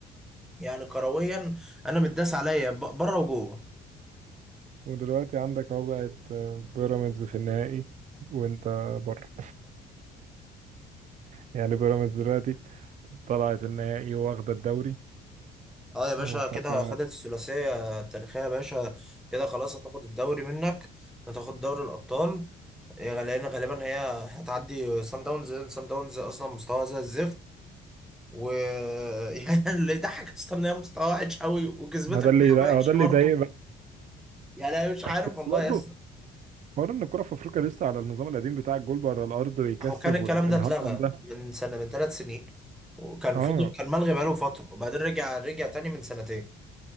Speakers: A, in the centre; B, on the right.
A: يعني كرويا انا متداس عليا ب- بره وجوه
B: ودلوقتي عندك اهو بقت آه، بيراميدز في النهائي وانت بره يعني بيراميدز دلوقتي طلعت النهائي واخدة الدوري
A: اه يا باشا
B: وحاجة
A: كده خدت الثلاثية التاريخية يا باشا كده خلاص هتاخد الدوري منك هتاخد دوري الأبطال إيه، لأن غالبا هي هتعدي سان داونز سان داونز أصلا مستواها زي الزفت و <laughs> يعني اللي يضحك أصلا إن هي مستواها وحش أوي وكسبتك
B: ما ده اللي
A: فيها
B: هو
A: وحش
B: ده
A: برضه
B: اللي يضايق بقى
A: يعني أنا مش عارف
B: بس
A: والله
B: برضه
A: يا
B: حوار ان الكرة في افريقيا لسه على النظام القديم بتاع الجول بره الارض ويكسب
A: هو كان الكلام
B: والهطم
A: ده اتلغى
B: ده
A: من سنة من ثلاث سنين وكان
B: اه
A: فضل كان ملغي بقاله فترة وبعدين رجع رجع تاني من سنتين